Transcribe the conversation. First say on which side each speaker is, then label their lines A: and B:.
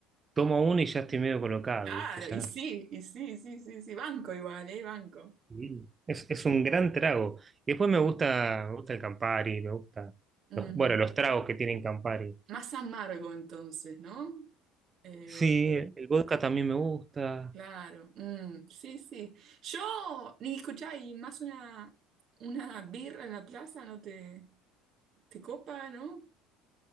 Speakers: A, on the right; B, on the right.
A: tomo uno y ya estoy medio colocado,
B: Claro,
A: ¿viste? Ya.
B: y sí, y sí, sí, sí, sí, banco igual, ¿eh? Banco.
A: Sí. Es, es un gran trago. Y después me gusta, me gusta el Campari, me gusta
B: Mm,
A: los, bueno, los
B: claro.
A: tragos que tienen Campari.
B: Más amargo entonces, ¿no? Eh,
A: Sí, el vodka también me gusta.
B: claro, mm, sí, sí. Yo, ni escuchá, y más una, una birra en la plaza no te, te copa, ¿no?